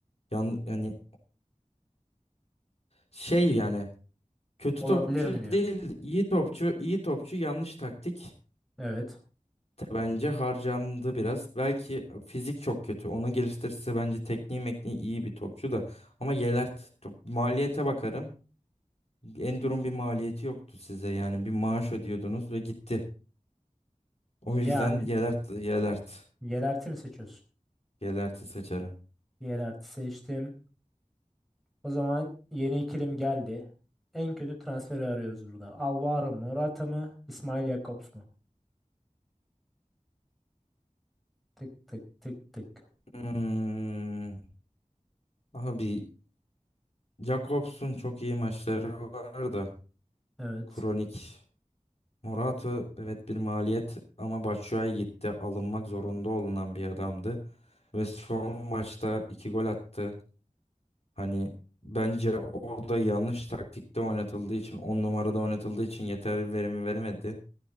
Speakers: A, on the left; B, in the centre.
A: yan, yani şey yani kötü
B: Olabilir
A: topçu
B: mi diyor.
A: değil iyi topçu iyi topçu yanlış taktik
B: Evet.
A: bence harcandı biraz. Belki fizik çok kötü onu geliştirirse bence tekniği mekniği iyi bir topçu da ama Yelert maliyete bakarım. Enduro'nun bir maliyeti yoktu size yani bir maaş ödüyordunuz ve gitti. O
B: Yani
A: yüzden Yelert Yelert
B: yerelti mi seçiyorsun?
A: Yelert'i seçerim.
B: Yerelti seçtim. O zaman yeni ikilim geldi. En kötü transferi arıyoruz burada. Alvaro Morata mı? İsmail Jakobs mu? Tık tık tık tık.
A: Hmm. Abi Jakobs'un çok iyi maçları vardı.
B: Evet.
A: Kronik. Morata evet bir maliyet ama Batshuayi gitti. Alınmak zorunda olunan bir adamdı. Ve son maçta iki gol attı. Hani bence orada yanlış taktikte oynatıldığı için on numarada oynatıldığı için yeterli verimi veremedi.